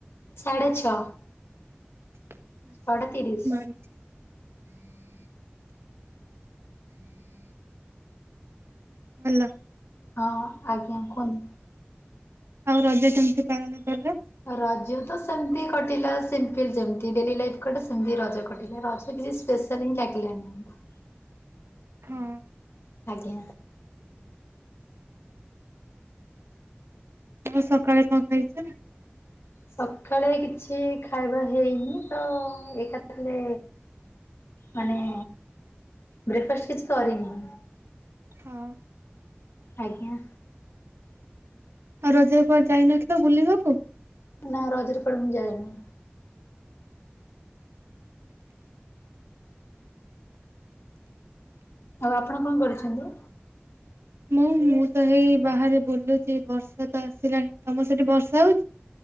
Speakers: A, on the left (about 75°); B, on the right (about 85°).
A: ସାଢ଼େ ଛଅ।
B: <inaudible>
A: ଛଅଟା ତିରିଶ
B: ହଲ।
A: ହଁ ଆଜ୍ଞା କୁହନ୍ତୁ।
B: ଆଉ ରଜ କେମିତି ପାଳନ କଲ?
A: ରଜ ତ ସେମିତି କଟିଲା ସିମ୍ପଲ ଯେମିତି ଡେଲି ଲାଇଫ କଟେ ସେମିତି ରଜ କଟିଲା ରଜ କିଛି ସ୍ପେଶାଲ ହିଁ ଲାଗିଲାନି ଆମକୁ।
B: ହଁ।
A: ଆଜ୍ଞା।
B: ଆଉ ସକାଳେ କଣ ଖାଇଛ?
A: ସକାଳେ କି ଛି ଖାଇବା ହେଇନି ତ-ଏକାଥରେ ମାନେ ବ୍ରେକ୍ ଫାଷ୍ଟ କିଛି କରିନି।
B: ହଁ।
A: ଆଜ୍ଞା।
B: ଆଉ ରଜରେ କୁଆଡେ ଯାଇନଥିଲ ବୁଲିବାକୁ?
A: ନା ରଜରେ କୁଆଡେ ମୁଁ ଯାଇନି। ଆଉ ଆପଣ କଣ କରୁଛନ୍ତି?
B: ମୁଁ ମୁଁ ତ ହେଇ ବାହାରେ ବୁଲୁଚି ବର୍ଷା ତ ଆସିଲାଣି। ତମ ସେଠି ବର୍ଷା ହଉଚି?